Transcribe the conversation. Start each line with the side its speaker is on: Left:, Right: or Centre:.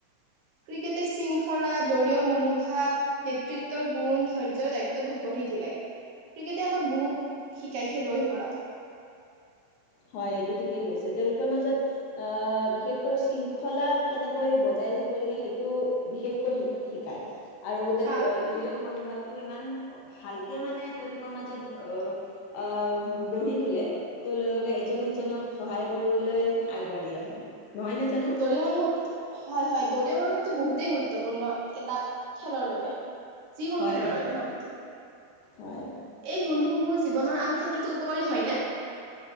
Right: ক্ৰিকেটে শৃংখলা দৰিয় মনোভাৱ নেতৃত্বৰ গুণ ধৈৰ্যৰ দায়িত্ববোধ গঢ়ি তোলে ক্ৰিকেটে আমাক বহুত শিকাই খেলুৱৈ সকলক
Left: হয় এইটো ঠিকেই গৈছে তেওঁলোকৰ মাজত আহ বিশেষকৈ শৃংখলা কেনেকৈ বজাই ৰাখিব লাগে সেইটো বিশেষকৈ শিকাই আৰু
Right: হা, হয়,
Left: দলীয়
Right: হয়।
Left: মনোভাৱটো ইমান ভালকে মানে তেওঁলোকৰ মাজত অ আহ গঢ়ি তোলে তেওঁলোক ইজনে সিজনক সহায় কৰিবলৈ আগবাঢ়ি আহে নহয় নে জানো
Right: দলিয় মনোভাৱটো হয় হয় দলিয় মনোভাৱ এইটো বহুতেই গুৰুত্বপূৰ্ণ এটা খেলৰ বাবে যিকোনো
Left: হয়
Right: খেলৰ
Left: হয়
Right: বাবে শসিত
Left: হয়
Right: এই গুণসমূহ জীৱনৰ আন ক্ষেত্ৰতো উপকাৰী হয়নে